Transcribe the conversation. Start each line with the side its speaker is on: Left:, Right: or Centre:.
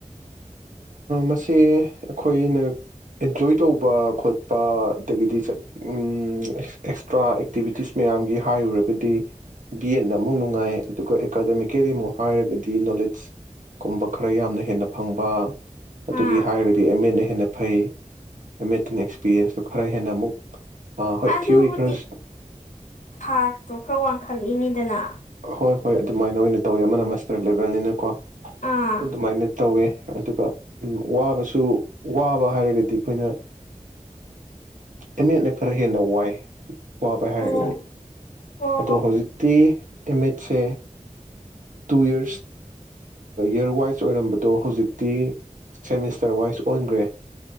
Right: ꯃꯁꯦ ꯑꯩꯈꯣꯏꯅ ꯑꯦꯟꯖꯣꯏ ꯇꯧꯕ ꯈꯣꯠꯄ ꯑꯗꯒꯤꯗꯤ ꯑꯦꯛꯁꯇ꯭ꯔꯥ ꯑꯦꯛꯇꯤꯚꯤꯇꯤꯁ ꯃꯌꯥꯝꯒꯤ ꯍꯥꯏꯔꯨꯔꯒꯗꯤ ꯕꯤ ꯑꯦꯠꯅ ꯑꯃꯨꯛ ꯅꯨꯡꯉꯥꯏ ꯑꯗꯨꯒ ꯑꯦꯀꯥꯗꯃꯤꯀꯦꯜꯂꯤ ꯑꯃꯨꯛ ꯍꯥꯏꯔꯒꯗꯤ ꯅꯣꯂꯦꯖꯀꯨꯝꯕ ꯈꯔ ꯌꯥꯝꯅ ꯍꯦꯟꯅ ꯐꯪꯕ ꯑꯗꯨꯒꯤ
Left: ꯑꯥ
Right: ꯍꯥꯏꯔꯒꯗꯤ ꯑꯦꯝ ꯑꯦꯅ ꯍꯦꯟꯅ ꯐꯩ ꯑꯠꯇꯅ ꯑꯦꯛꯁꯄꯤꯔꯤꯌꯦꯟꯁꯇꯣ ꯈꯔ ꯍꯦꯟꯅ ꯑꯃꯨꯛ ꯑꯥ ꯍꯣꯏ
Left: ꯑꯗꯨꯕꯨꯗꯤ
Right: ꯊꯤꯑꯣꯣꯔꯤ ꯈꯔꯁꯨ
Left: ꯊꯥꯛꯇꯣ ꯈꯔ ꯋꯥꯡꯈꯠꯂꯛꯏꯅꯤꯗꯅ
Right: ꯍꯣꯏ ꯍꯣꯏ ꯑꯗꯨꯃꯥꯏꯅ ꯑꯣꯏꯅ ꯇꯧꯋꯤ ꯑꯃꯅ ꯃꯁꯇꯔꯠ ꯂꯦꯕꯦꯜꯅꯤꯅꯀꯣ ꯑꯗꯨ
Left: ꯑꯥ
Right: ꯑꯗꯨꯃꯥꯏꯅ ꯇꯧꯋꯦ ꯑꯗꯨꯒ ꯋꯥꯕꯁꯨ ꯋꯥꯕ ꯍꯥꯏꯔꯒꯗꯤ ꯑꯩꯈꯣꯏꯅ ꯑꯃꯦꯠꯅ ꯈꯔ ꯍꯦꯟꯅ ꯋꯥꯏ ꯋꯥꯕ ꯍꯥꯏꯔꯒꯗꯤ
Left: ꯑꯣ ꯑꯣ
Right: ꯑꯗꯣ ꯍꯧꯖꯤꯛꯇꯤ ꯏꯃꯦꯖꯁꯦ ꯇꯨ ꯌꯔꯁ ꯏꯔ ꯋꯥꯏꯁ ꯑꯣꯏꯔꯝꯕꯗꯣ ꯍꯧꯖꯤꯛꯇꯤ ꯁꯦꯃꯤꯁꯇꯔ ꯋꯥꯏꯁ ꯑꯣꯟꯒ꯭ꯔꯦ